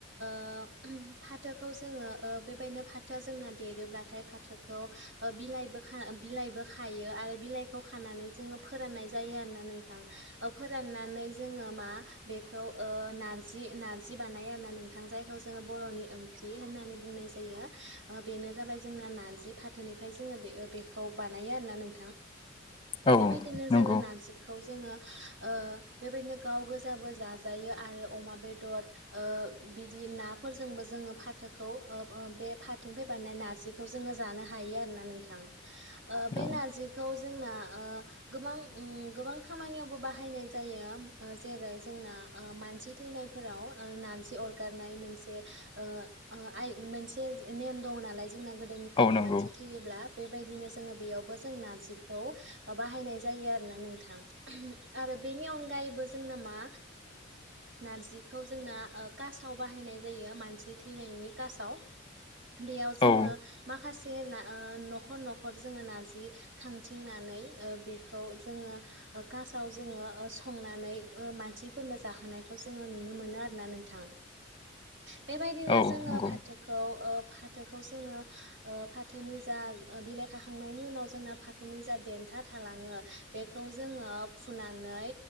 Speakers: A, on the right (about 75°); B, on the left (about 25°).
A: - फाथोखौ जोङो बेबायदिनो फाथोआ जोंना देरोब्लाथाय फाथोखौ बिलाइबो बिलाइबो खायो आरो बिलाइ स खानानै जोङो फोराननाय जायो आरोना नोंथां फोराननानै जोङो मा बेखौ नारजि - नारजि बानाय आरोना नोंथां जायखौ जोङो बर'नि ओंख्रि होननानै बुंनाय जायो बेनो जाबाय जोंना नारजि फाथोनिफ्राय जोङो बे बेखौ बानायो आरा नों
B: औ
A: बेबायदिनो जोङो
B: नंगौ
A: नारजिखौ जोङो बेबायदिनो गाव गोजाबो जाजायो आरो अमा बेदर बिदि नाफोरजोंबो जोङो फाथो खौ बे फाथोनिफ्राय बानायनाय नारजिखौ जोङो जानो हायो आरोना नोंथां बे
B: औ
A: नारजिखौ जोंना गोबां गोबां खामानियावबो बाहायनाय जायो जेरै जोंना मानसि थैनायफोराव नारजि अरगनाय मोनसे आइ मोनसे नेम दङ नालाय जोंना गोदोनिफ्रायनो
B: औ नंगौ
A: मानसि थैयोब्ला बेबायदिनो जोङो बेयावबो जों नारजिखौ बाहायनाय जायो आरोोना नोंथां आरो बेनि अनगायैबो जोंना मा नारजिखौ जोंना कासाव बाहायनाय जायो मानसि थैनायनि बेयाव जोङो
B: औ
A: माखासे न'खर - न'खर जोङो नारजि खांथिंनानै बेखौ जोङो कासाव जोङो संनानै मानसिफोरनो जाहोनायखौ जोङो नुनो मोनो आर ना नोंथां बेबायदिनो
B: औ
A: जोङो
B: नंगौ
A: फाथोखौ फाथोखौ जोङो फाथोनि जा बिलाइ खाखांनायनि उनाव जोंना फाथोनि जा देन खोथा थालाङो बे खौ जोङो फुनानै